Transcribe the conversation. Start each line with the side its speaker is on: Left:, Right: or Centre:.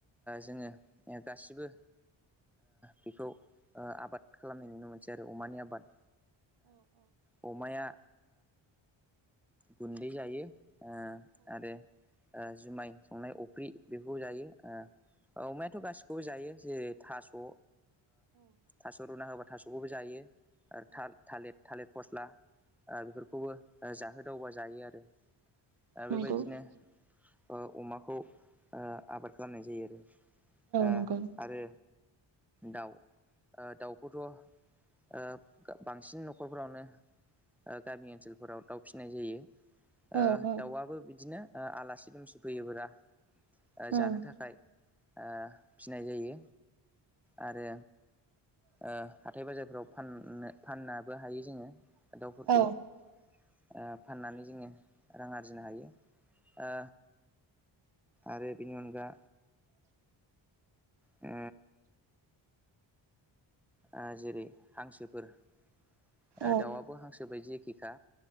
Centre: जोङो गासिबो बेखौ आबाद खालामनाय नुनो मोनसै आरो अमानि आबाद ओ अमाया गुन्दै जायो ओ आरो ओ जुमाय संनाय अफ्रि बेखौफोरखौ जायो ओ अमा थ' गासिखौबो जायो जेरै थास' ओ थास' रुना होबा थास'खोबो जायो था-थालिर थालिर फस्ला ओ बेफोरखौ जाहो दावबा जायो आरो दा
Right: नंगौ
Centre: बेबायदिनो
Right: औ
Centre: ओ अमाखौ आबाद खालामनाय जायो आरो ओ
Right: नंगौ
Centre: आरो दाउ ओ दाउखौथ' ओ बांसिन न'खरफोरावनो ओ गामि ओनसोलफोराव दाउ फिसिनाय जायो। ओ
Right: औ औ
Centre: दाउआबो बिदिनो ओ आलासि दुमसि फैयो बोला
Right: औ
Centre: ओ जानो थाखाय ओ फिसिनाय जायो। आरो ओ हाथाय बाजारफोराव फाननो फाननोबो हायो जोङो। दाउफोरखौ
Right: औ
Centre: ओ फाननानै जोङो रां आरजिनो हायो। ओ आरो बेनि अनगा ओ ओ जेरै हांसोफोर ओ
Right: औ
Centre: दाउआबो हांसो बायदि एखेखा